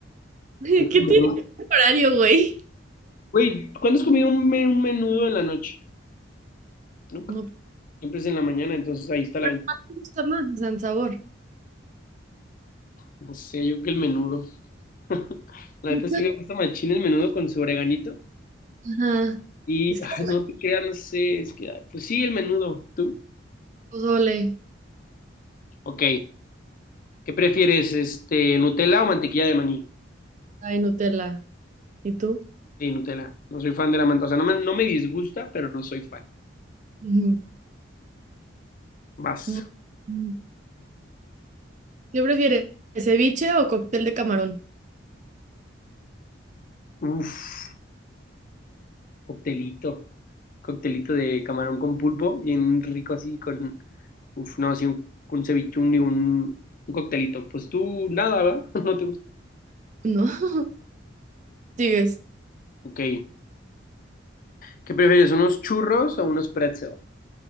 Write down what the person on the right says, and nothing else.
<laughs>
¿Qué tiene
que ver el horario, güey?
No,
pero
¿cuál te gusta más? O sea, en sabor.
Entonces-
Ajá.
Es que
sí,
pozole,
ay, Nutella. ¿Y tú?
Ujú.
Mm, mm. ¿Qué prefieres, ceviche o cóctel de camarón?
No. <laughs> Sigues.